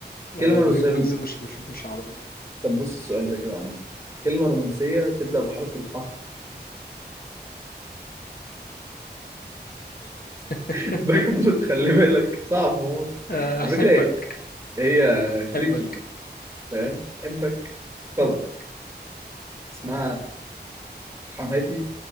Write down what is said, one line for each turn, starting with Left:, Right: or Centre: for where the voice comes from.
Right: كلمة
Left: هو
Right: رسام
Left: ويجز مش مش مش عربي
Right: طب بص السؤال ده كده يا عم كلمة رومانسية تبدأ بحرف الحاء
Left: <laughs>
Right: <laughs> باك موت خلي بالك صعب موت
Left: آه،
Right: على
Left: احبك
Right: فكرة هي تريكي
Left: احبك
Right: فاهم حبك
Left: احبك
Right: غلط اسمها حماتي